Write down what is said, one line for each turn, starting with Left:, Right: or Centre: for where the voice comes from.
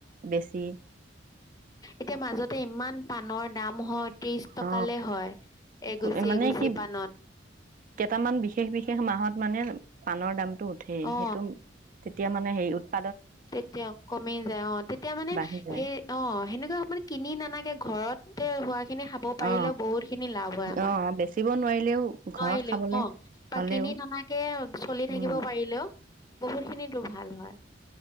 Right: বেছ <inaudible>
Left: এতিয়া মাজতে ইমান পাণৰ দাম হয়। ত্ৰিশ টকালে
Right: অ
Left: হয় এগুচি
Right: কলে মানে
Left: এগুচি
Right: কি
Left: পাণত
Right: কেইটামান বিশেষ বিশেষ মাহত মানে।। পানৰ দাম। টো উঠে
Left: অ
Right: সেইটো। তেতিয়া মানে হেৰি টোত।
Left: তেতিয়া কমি যায় অ, তেতিয়া মানে
Right: বাঢ়ি যায়
Left: সেই অ হেনেকুৱা সময়ত কিনি নানাকে ঘৰতে ৰুৱা।। খিনি খাব পাৰিলেও
Right: অ
Left: বহুত খিনি লাভ হয় আমাৰ
Right: অ বেচিব নোৱাৰিলেও
Left: নোৱাৰিলেও
Right: ঘৰত খাবলে
Left: অ বা
Right: হ'লেও
Left: কিনি ননাকে চলি থাকিব
Right: উম
Left: পাৰিলেও। বহুত খিনিতো ভাল হয়।